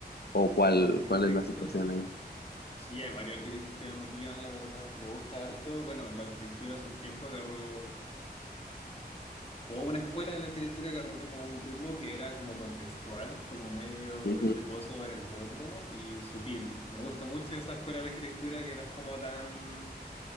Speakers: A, on the left; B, on the left.
A: o cuál,
B: O arquitectos.
A: cuál es la situación ahí?
B: Sí, hay varios arquitectos que me motivan, la verdad. Me gusta harto. Bueno, la arquitectura hace un tiempo agarró, o una escuela de la arquitectura agarró como un rumbo que era como contextual, como medio
A: Ujú.
B: respetuoso del entorno y sutil. Me gusta mucho esa escuela de arquitectura que no es como tan...